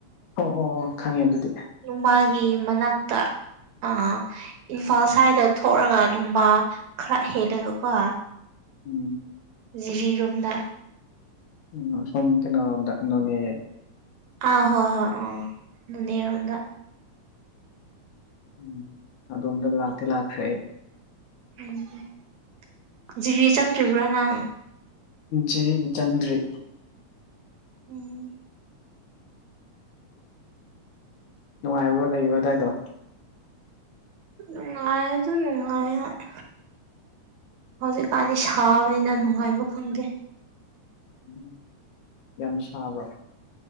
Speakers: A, on the left (about 75°); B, on the right (about 65°).
A: ꯑꯣ ꯑꯣ ꯑꯣ ꯈꯪꯉꯦ ꯑꯗꯨꯗꯤ
B: ꯇꯨꯝꯕꯥꯒꯤ ꯃꯅꯥꯛꯇ ꯑꯥ ꯏꯝꯐꯥꯜ ꯁ꯭ꯋꯥꯏꯗ ꯊꯣꯛꯂꯒ ꯂꯨꯝꯕꯥ ꯈꯔ ꯍꯦꯜꯂꯒꯀꯣ
A: ꯎꯝ
B: ꯖꯤꯔꯤꯔꯣꯝꯅ
A: ꯎꯝ ꯁꯨꯝ ꯀꯩꯅꯣꯔꯣꯝꯗ ꯅꯣꯅꯦ
B: ꯑꯥ ꯍꯣꯏ ꯍꯣꯏ ꯑꯥ ꯅꯅꯦꯔꯣꯝꯗ
A: ꯎꯝ ꯑꯗꯣꯝꯗ ꯂꯥꯛꯇꯤ ꯂꯥꯛꯈ꯭ꯔꯦ ꯑꯩ
B: ꯎꯝ ꯖꯤꯔꯤ ꯆꯪꯗ꯭ꯔꯤꯕ꯭ꯔꯣ ꯅꯪ
A: ꯖꯤꯔꯤꯗꯤ ꯆꯪꯗ꯭ꯔꯤ
B: ꯎꯝ
A: ꯅꯨꯡꯉꯥꯏꯕꯔꯣ ꯂꯩꯕ ꯑꯗꯥꯏꯗꯣ
B: ꯅꯨꯡꯉꯥꯏꯌꯦ ꯑꯗꯨꯝ ꯅꯨꯡꯉꯥꯏ ꯍꯣꯏ ꯍꯧꯖꯤꯛꯀꯥꯟꯗꯤ ꯁꯥꯕꯅꯤꯅ ꯅꯨꯡꯉꯥꯏꯕ ꯈꯪꯗꯦ
A: ꯎꯝ ꯌꯥꯝ ꯁꯥꯕ꯭ꯔꯣ